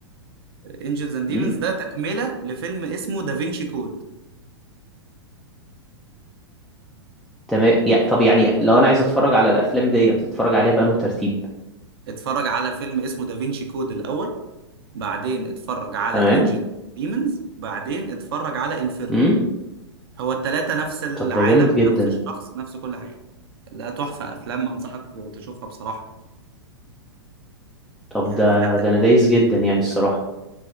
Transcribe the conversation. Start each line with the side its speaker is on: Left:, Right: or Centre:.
Right: انجلز اند ديمونز
Centre: امم
Right: ده تكملة لفيلم اسمه دافينشي كود
Centre: تمام يا طب يعني لو انا عايز اتفرج على الافلام دي اتفرج عليها بأنه ترتيب
Right: اتفرج على فيلم اسمه دافينشي كود الأول بعدين اتفرج على
Centre: تمام
Right: انجلز ديمونز بعدين اتفرج على انفيرنو
Centre: امم
Right: هو التلاتة نفس العالم
Centre: طب ده جامد جدا
Right: نفس الشخص نفس كل حاجة لا تحفة أفلام أنصحك تشوفها بصراحة
Centre: طب
Right: يعني
Centre: ده
Right: لا تاريخ.
Centre: ده انا دايس جدا يعني الصراحة